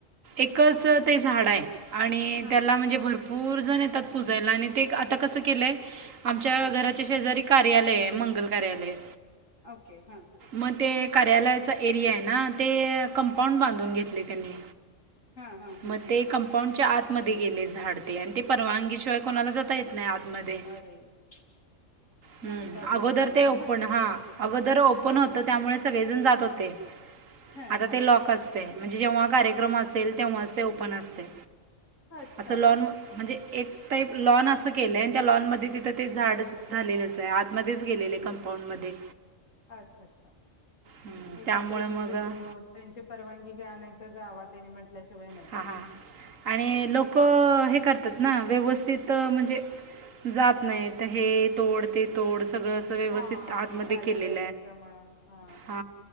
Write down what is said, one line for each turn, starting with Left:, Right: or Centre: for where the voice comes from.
Right: एकच ते झाड आहे. आणि
Left: हा
Right: त्याला म्हणजे भरपूर जण येतात प पुजायला आणि ते आता कसं केलंय आमच्या
Left: हा
Right: घराच्या शेजारी कार्यालय आहे मंगल कार्यालय
Left: ओके हा.
Right: मग ते कार्यालयाचा एरिया आहे ना ते कंपाऊंड बांधून घेतले त्यांनी
Left: हा हा हा
Right: मग ते कंपाऊंडच्या आतमध्ये गेले झाड ते आणि ते परवानगीशिवाय कोणाला जाता येत नाही आतमध्ये.
Left: अरे! <inaudible>
Right: हम्म
Left: प्रॉब्लेमच
Right: अगोदर
Left: आहे
Right: ते
Left: हा
Right: ओपन हा अगोदर ओपन
Left: हम्म
Right: होतं त्यामुळे सगळेजण जात होते.
Left: हा
Right: आता
Left: हा
Right: ते लॉक असते म्हणजे जेव्हा कार्यक्रम असेल तेव्हाच ते ओपन असते
Left: अच्छा
Right: असं लॉन म्हणजे एक तर लॉन असं केलंय त्या लॉन मध्ये तिथं ते झाड झालेलंच आहे आतमध्येच गेलेले कंपाऊंड मध्ये
Left: ह अच्छा अच्छा
Right: हम्म,
Left: एकंद्रित
Right: त्यामुळे
Left: म्हणजे
Right: मग
Left: तो त्यांची परवानगी घ्या नाही तर जावा. त्यांनी म्हटल्याशिवाय नाही जाऊ
Right: हां हां
Left: शकत.
Right: आणि लोक हे करतात ना व्यवस्थित म्हणजे जात नाही तर हे तोड ते तोड सगळं व्यवथ
Left: हा
Right: आतमध्ये
Left: ते कार्यालय
Right: केले
Left: त्याच्यामुळं हा
Right: ह